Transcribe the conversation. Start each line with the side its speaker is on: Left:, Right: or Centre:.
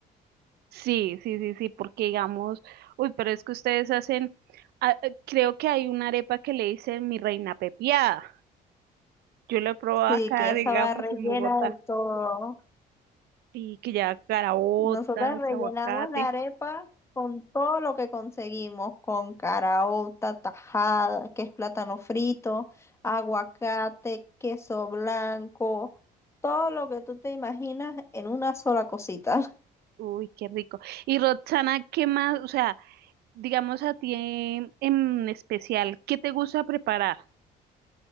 Right: Sí, sí, sí, sí, porque digamos, uy, pero es que ustedes hacen, ah, eh, creo que hay una arepa que le dicen mi reina pepiada. Yo la he probado
Left: Sí,
Right: acá,
Left: que esa
Right: digamos,
Left: va rellena
Right: en Bogotá,
Left: de todo. ¿no?
Right: y que lleva caraotas,
Left: Nosotras rellenamos
Right: aguacate,
Left: la arepa con todo lo que conseguimos, con caraota, tajada, que es plátano frito, aguacate, queso blanco, todo lo que tú te imaginas en una sola cosita.
Right: uy, qué rico. Y Roxana, ¿qué más? O sea, digamos a ti en, en especial, ¿qué te gusta preparar?